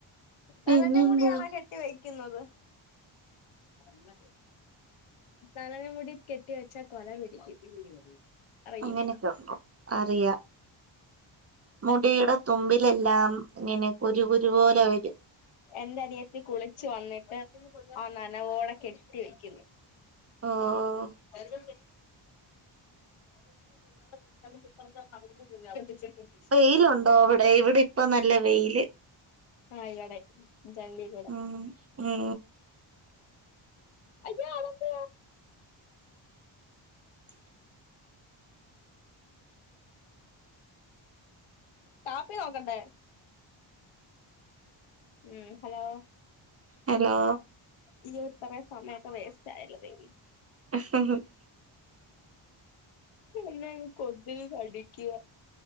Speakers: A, on the right (about 30°); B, on the left (about 75°).
A: പിന്നെന്തുവാ
B: നനഞ്ഞ മുടിയാണാ കെട്ടി വെക്കുന്നത് അല്ല കൊ നനഞ്ഞ മുടി കെട്ടി വെച്ചാ കൊല പിടിക്കും അറിയുമോ
A: അങ്ങനെയൊക്കെ ഉണ്ടോ അറിയാം മുടിയുടെ തുമ്പിലെല്ലാം ഇങ്ങനെ കുരു കുരു പോലെ വരും
B: എന്റെ അനിയത്തി കുളിച്ചു വന്നിട്ട് ആ നനവോടെ കെട്ടി വെക്കുന്നു
A: ഓഹ്
B: അതിന്റെ സെയിം <unintelligible> <inaudible>
A: വെയിലുണ്ടോ അവിടെ ഇവിടെ ഇപ്പ നല്ല വെയില്
B: ആഹ്കടെ ജല്ലി കടെ
A: ഉം ഉം
B: അയ്യോ അതെന്തുവാ
A: <inaudible>
B: കാപ്പി നോക്കണ്ടേ ഉം ഹലോ
A: ഹലോ
B: ഇയ്യോ ഇത്ര സമയൊക്കെ വേസ്റ്റ് ആയല്ലോ ദേവി
A: <unintelligible>
B: ഇല്ലേലും കൊതുക് കടിക്കുവ